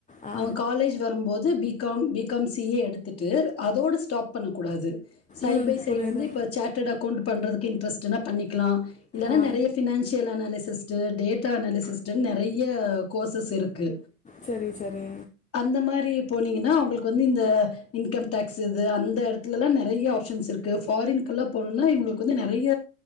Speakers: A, on the left (about 15°); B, on the left (about 30°).
A: ஆ
B: அவங்க காலேஜ் வரும்போது B com B com C A எடுத் துட்டு அதோடு ஸ்டாப் பண்ணக்கூடாது சைட்
A: ம்
B: பை
A: புரியுது
B: சைடு வந்து இப்ப டேட் அக்வுண்ட் பண்றதுக்கே இன்ட்ரெ்ட்ன் பண்ணிக்கலா இல்லனா
A: ஆ
B: நறைய financial analyst data analyst நறைய கோர்சஸ் இருக்கு
A: செரி செரி
B: அந்த மாரி போனீங்கன்னா அவங்களுக்கு வந்து இந்த இன்கம் டேக்ஸு இது அந்த எடத்துலல்லா நறைய ஆப்ஷன்ஸ்ருக்கு ஃபாரின்கெல்ல போனுன்னா இவுங்களுக்கு வந்து நறைய